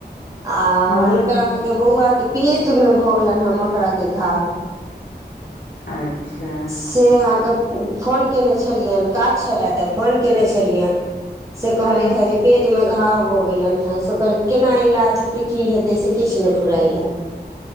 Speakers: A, on the right; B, on the left.
A: आ
B: हँ
A: हुनकर अहाँ के बौअवा के पेट मे भऽ गेलैन हय मकड़ा के घाव।
B: अच्छा।
A: से अहाँके उम्म फोन केने छलयैन, काज छलाए तऽ फोन केने छलयैन। से कहलैथ
B: हँ
A: हय जे पेट मे घाव भ गेलैन हेँ से ओकर केना इलाज हेतै की हेतै से किछ नै फुराय या।